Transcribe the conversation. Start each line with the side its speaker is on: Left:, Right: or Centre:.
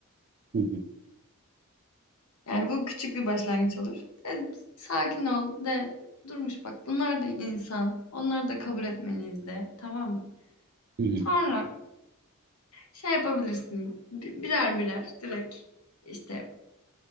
Right: Hı hı.
Left: Yani bu küçük bir başlangıç olur. E, sakin ol de durmuş bak bunlar da insan. Onları da kabul etmeliyiz de tamam mı?
Right: Hı hı.
Left: Sonra şey yapabilirsin bi- birer birer direkt işte